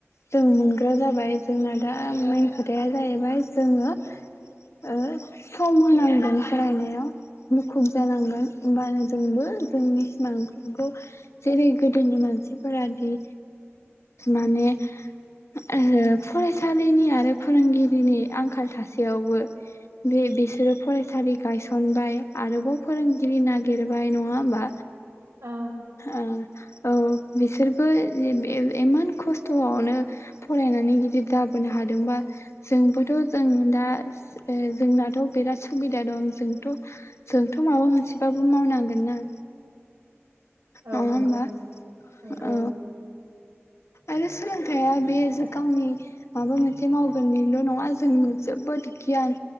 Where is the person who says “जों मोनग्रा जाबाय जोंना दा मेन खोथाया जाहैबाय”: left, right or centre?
Left